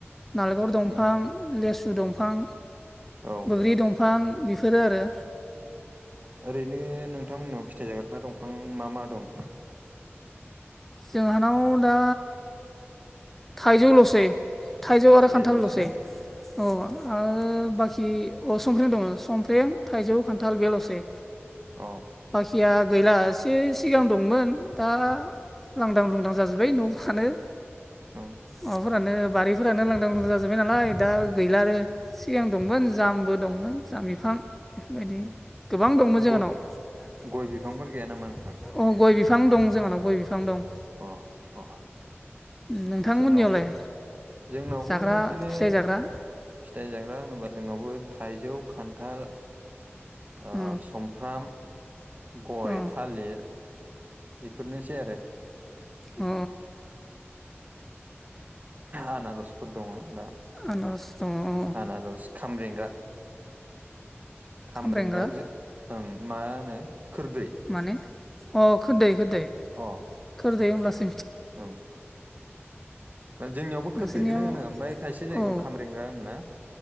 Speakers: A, in the centre; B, on the right.
A: नालेंखर दंफां
B: उम
A: लेसु दंफां
B: औ
A: बैग्रि दंफां बेफोरो आरो।
B: ओरैनो नोंथांमोननाव फिथाइ जाग्रा दंफां मा मा दं?
A: जोंहानाव दा थाइजौ लसै थाइजौ आरो
B: थाइजौल'सै
A: खान्थाल लसै
B: ना
A: अ आरो बाखि अ संफ्र्रें दङ' संफ्र्रें थाइजौ खान्थाल बेलसै।
B: अ
A: बाखिया गैलासे सिगां दंमोन दा लांदां लुंदां जाजोब्बाय न' फानो
B: उम
A: माबाफोरानो बारिफोरानो लांदां लुंदां जाजोब्बाय नालाय दा गैला आरो सिगां दंमोन जामबो दंमोन जाम बिफां। बेफोरबायदि
B: उम
A: गोबां दंमोन जोंहानाव।
B: ग-
A: अ
B: गय बिफांफोर गैया नामा नोंथां
A: गय बिफां दं जोंहानाव गय बिफां दं।
B: अ अ।
A: नोंथांमोननियावलाय
B: जोंनावबो जोंनावबो
A: जाग्रा
B: बिदिनो
A: फिथाइ जाग्रा
B: फिथाइ जाग्रा होनोब्ला जोंनावबो थाइजौ खान्थाल ओ
A: अ
B: सुमफ्राम गय,
A: अ
B: थालिर बेफोरनोसै आरो
A: अ।
B: आनारसफोर दंङ' दा
A: आनारस दङ अ
B: आनारज, खामरेंगा खाम्रेंग्रा
A: खामब्रेंगा
B: ओं मा होनो खोरदै
A: माने अ खोरदै खोरदै
B: अ
A: खोरदै होमब्लासो
B: ओं। जोंनियावबो
A: नोंसोरनियाव
B: खोरदैखौनो होनो ओमफ्राय खायसे जायगायाव
A: अ
B: खारेंगा होनोना?